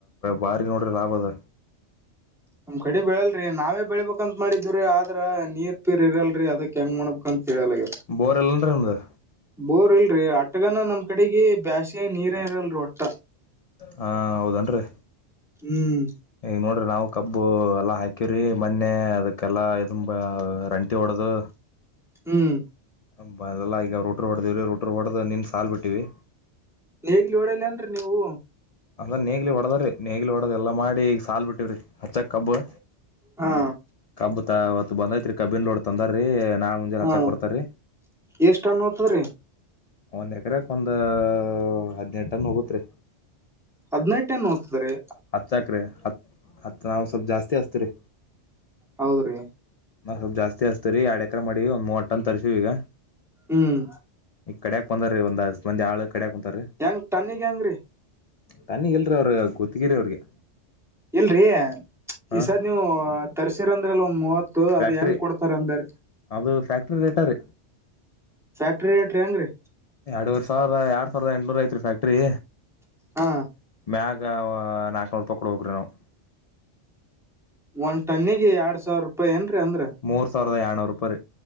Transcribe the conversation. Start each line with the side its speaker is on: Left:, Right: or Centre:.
Left: ಬಾರಿ ನೋಡ್ರಿ ಲಾಭ ಅದ
Centre: ನಮ್ ಕಡೆ ಬೆಳಲ್ರರಿ ನಾವೇ ಬೆಳಬೇಕಂತ ಮಾಡಿದ್ರಿ ಆದ್ರ ನೀರ್ ಪೀರ್ ಇರಲ್ರರಿ ಅದಕ್ ಹೆಂಗ್ ಮಾಡ್ಬೇಕ ಅಂತ ಹೇಳಲ್ಗ
Left: ಬೋರ್ ಇಲ್ಲನ್ರೀ ನಮದು
Centre: ಬೋರ್ ಇಲ್ರರಿ ಆಟಗನ ನಮ್ ಕಡೆಗೆ ಬ್ಯಾಸ್ಯಾಗಿ ನೀರ ಇರಲ್ರಿ ಒಟ್ಟ
Left: ಹಾ ಹೌದೇನ್ರಿ
Centre: ಹ್ಮ್
Left: ಈಗ ನೋಡ್ರಿ ನಾವು ಕಬ್ಬು ಎಲ್ಲ ಹಾಕಿವ್ರಿ ಮೊನ್ನೆ ಅದಕ್ಕೆಲ್ಲ ಇದ ರಂಟಿ ಹೊಡದು
Centre: ಹ್ಮ್
Left: ಹ ಬ ಅದೇಲ್ಲ ಈಗ ರೋಟ್ರು ಹೊಡೆ್ದೇವಿ ರೋಟ್ರಿ ಹೊಡ್ದ ನಿನ್ ಸಾಲು ಬಿಟ್ಟಿವಿ
Centre: ನೇಗ್ಲಿ ಹೊಡಿಯಲ್ಲ ಏನ್ರಿ ನೀವು
Left: ಅಂದ್ರ ನೇಗ್ಲಿ ಹೊಡದ್ರೀ ನೇಗ್ಲೆ ಹೊಡದ್ ಎಲ್ಲ ಮಾಡಿ ಈಗ ಸಾಾಲ ಬಿಟ್ಟಿವ್ರಿ ಹಚ್ಚಕ್ ಕಬ್ಬ
Centre: ಹಾ
Left: ಕಬ್ಬ ತ ಅವತ್ ಬಂದೈತ್ರಿ ಕಬ್ಬಿಿನ ಲೋಡ್ ತಂದಾರ್ರೀ ನಾ <unintelligible> ಹಚ್ಚಾಕ್
Centre: ಹಾ
Left: ಬರ್ತರಿ
Centre: ಎಷ್ಟ್ ಟನ್ ಹೋತದ್ರಿ
Left: ಒಂದು ಎಕರೆಕ್ ಒಂದು ಹದಿನೆಂಟ ಟನ್ ಹೋಗತ್ ರೀ
Centre: ಹದಿನೆಂಟನ್ನು ಹಓದ್ತಾರೆ
Left: ಹತ್ತುಕ ರೀ ಹತ್ತು ಹತ್ತು ನಾವು ಸ್ವಲ್ಪ ಜಾಸ್ತಿ ಹಸ್ತ ರೀ
Centre: ಹೌದ್ರಿ
Left: ನಾವು ಸ್ವಲ್ ಜಾಸ್ತಿ ಹಸ್ತೀರಿ ಎರಡು ಎಕ್ರ ಮಾಡಿ ಒಂದ ಮೂವಟ್ಟ ಅ ತರಿಸೀ ಈಗ
Centre: ಹ್ಮ್
Left: ಈ ಕಡೆಡ್ಯಾಕ್ ಬಂದಾರೀ ಒಂದ್ ಹತ್ ಮಂದಿ ಆಳ ಕಡ್ಯಾಕ್ಂತಾರೀ
Centre: ಹೆಂಗ್ ತನ್ನಿಿಗೆ ಹೆಂಗ ರೀ
Left: ತನ್ನಿಗಲ್ರಿೀ ಅವ್ರ ಗೊತ್ತಗಿರಿ ಅವ್ರಿಗೆ
Centre: ಇಲ್ರರಿ
Left: ಹಾ
Centre: ಈ ಸದ್ ನೀವು ತರ್ಸಿರಂದ್ರ ಅಲ್ ಒಂದ್ ಮೂವತ್ತು ಅದ್
Left: ಫ್ಯಾಕ್ಟ್ರಿ
Centre: ಹೆಂಗ್ ಕೊಡ್ತಾರ ಅಂದ್ರ
Left: ಅದು ಫ್ಯಾಕ್ಟ್ರಿ ರೇಟರ್
Centre: ಸಾ್ಯಾಕ್ರಿ ೇಟ್ರಿ ಅಂಗ್ರೀ
Left: ಎರಡುೂ ಸಾವರ ಎರಡ್ ಸಾವರದ ಎಂಟನೂರ ಐ ರ ್ಯಾಕ್್ರರಿ
Centre: ಹಾ
Left: ಮ್ಯಾಗ ನಾಲ್ಕನೂರು ರೂಪಾಯಿ ಕೊಡ ಹೋಗ್ರಿ ನಾವು
Centre: ಒಂದ್ ಟನ್ನಿಿಗೆ ಎರಡ್ ಸಾವಿರ ರೂಪಾಯಿ ಏನ್ರೀ ಅಂದ್ರ
Left: ಮೂೂರು ಸಾವಿರದ ಆನ ಅವರುಪರ್